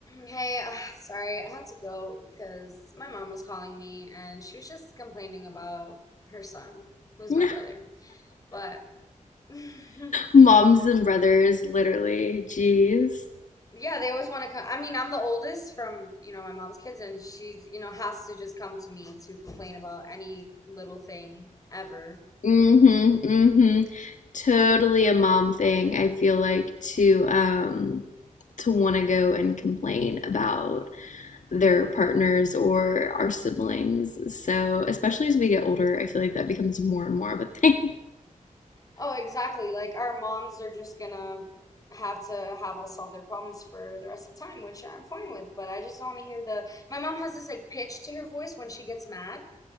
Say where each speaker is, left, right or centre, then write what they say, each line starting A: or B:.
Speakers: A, on the left (about 25°); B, on the left (about 70°).
A: Hey, uh, sorry, I had to go because my mom was calling me and she was just complaining about her son, who's
B: <laughs>
A: my brother. But <laughs> yeah,
B: Moms and brothers, literally. Jeez.
A: they always want to come. I mean, I'm the oldest from, you know, my mom's kids, and she, you know, has to just come to me to complain about any little thing ever.
B: Mm-hmm. Mm-hmm. Totally a mom thing, I feel like, to um to want to go and complain about their partners or our siblings. So, especially as we get older, I feel like that becomes more and more of a thing.
A: Oh, exactly. Like our moms are just gonna have to have us solve their problems for the rest of time, which I'm fine with, but I just don't want to hear the. My mom has this like pitch to her voice when she gets mad